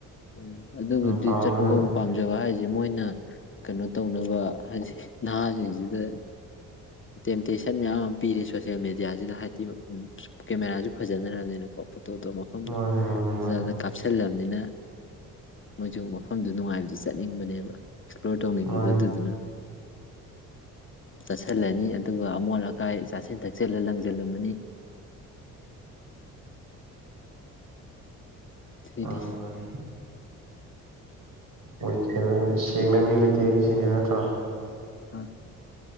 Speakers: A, on the left; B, on the right.
A: ꯎꯝ ꯑꯗꯨꯕꯨꯗꯤ
B: ꯑꯗꯨꯅ ꯄꯥꯝꯕꯅ
A: ꯆꯠꯄ ꯈꯣꯠꯄ ꯄꯥꯝꯖꯕ ꯍꯥꯏꯁꯦ ꯃꯣꯏꯅ ꯀꯩꯅꯣ ꯇꯧꯅꯕ ꯍꯥꯏꯗꯤ ꯅꯍꯥꯁꯤꯡꯁꯤꯗ ꯇꯦꯝꯇꯦꯁꯟ ꯃꯌꯥꯝ ꯑꯃ ꯄꯤꯔꯤ ꯁꯣꯁꯦꯜ ꯃꯦꯗꯤꯌꯥꯁꯤꯗ ꯍꯥꯏꯗꯤ ꯀꯦꯃꯦꯔꯥꯁꯨ ꯐꯖꯅꯅ ꯄꯣꯇꯣꯣ ꯃꯐꯝꯗꯣ
B: ꯃꯥꯅꯦ ꯃꯥꯅꯦ ꯃꯥꯅꯦ
A: ꯐꯖ ꯀꯥꯞꯁꯤꯜꯂ ꯑꯗꯨꯅ ꯃꯣꯏꯁꯨ ꯃꯐꯝꯗꯨ ꯅꯨꯡꯉꯥꯏꯕꯗꯨ ꯆꯠꯅꯤꯡꯕꯅꯦꯕ ꯑꯦꯛꯁꯄ꯭ꯂꯣꯔ ꯇꯧꯅꯤꯡꯕꯗꯣ
B: ꯃꯥꯅꯦ
A: ꯑꯗꯨꯗꯨꯅ ꯆꯠꯁꯤꯜꯂꯅꯤ ꯑꯗꯨꯒ ꯑꯃꯣꯠ ꯀꯥꯏ ꯆꯥꯁꯤꯟꯊꯛ ꯛꯆꯦꯜꯂ ꯂꯥꯡꯖꯜꯂꯝ ꯑꯃꯅꯤ <unintelligible> ꯁꯤꯗꯤ
B: ꯃꯥꯦ ꯃꯥꯦ ꯃꯣꯏ ꯀꯩꯅꯣ ꯁꯦꯡꯅ ꯃꯤ ꯂꯩꯇꯦ ꯁꯤꯅꯦꯕ ꯅꯠꯇ꯭ꯔꯣ
A: ꯑꯥ